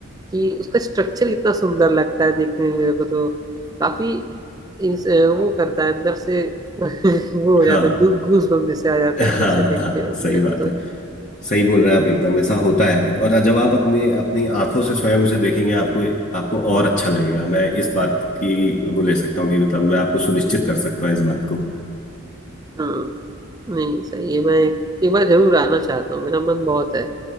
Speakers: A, on the right (about 20°); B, on the left (about 40°).
A: कि उसका स्ट्रक्चर इतना सुंदर लगता है देखने में मेरे को तो काफी इंस- वो करता है अंदर से <laughs> वो हो
B: हाँ
A: जाता है गूज बम्प जैसे आ जाते
B: हाँ
A: हैं अंदर से देख
B: हाँ
A: के
B: सही
A: मेरे
B: बात
A: को तो
B: है सही बोल रहे हैं आप एकदम ऐसा होता है और जब आप अपने अपनी आंखों से स्वयं उसे देखेंगे आपको आपको और अच्छा लगेगा मैं इस बात की वो ले सकता हूँ कि मतलब मैं आपको सुनिश्चित कर सकता हूँ इस बात को
A: हाँ नहीं सही है मैं एक, एक बार जरूर आना चाहता हूँ मेरा मन बहुत है